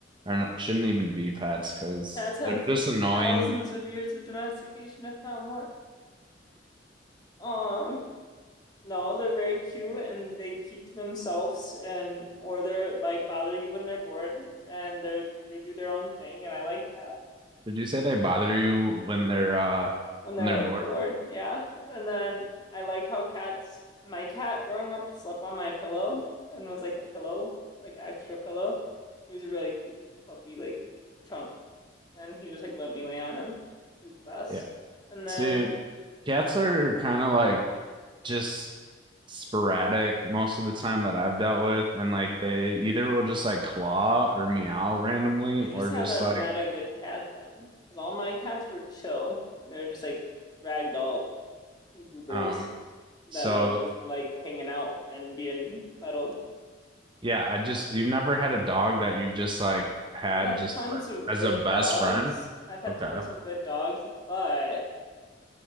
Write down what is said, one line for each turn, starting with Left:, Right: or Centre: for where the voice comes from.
Right: or not, shouldn't even be pets because
Left: Cats have
Right: they're just annoying.
Left: thousands of years of domestication, if not more. Um, no, they're very cute and they keep to themselves and or they're like bother you when they're bored and they're they do their own thing and I like that.
Right: Did you say they bother you when they're uh
Left: when they're
Right: when they're
Left: like
Right: bored?
Left: bored. Yeah. And then I like how cats, my cat growing up slept on my pillow and was like a pillow, like extra pillow. He was a really cute, puffy, like chunk. And he just like let me lay on him. He was the best.
Right: Yeah.
Left: And then
Right: See, cats are kind of like just sporadic most of the time that I've dealt with, and like they either will just like claw or meow randomly,
Left: you
Right: or
Left: just haven't
Right: just like
Left: met a good cat then. Because all my cats were chill. They're just like ragdoll goobers
Right: um.
Left: that
Right: So
Left: like just liked hanging out and being cuddled.
Right: yeah, I just you've never had a dog that you've just like had
Left: I've had
Right: just
Left: tons
Right: like
Left: of
Right: as
Left: good
Right: a best
Left: dogs.
Right: friend.
Left: I've had
Right: Okay.
Left: tons of good dogs, but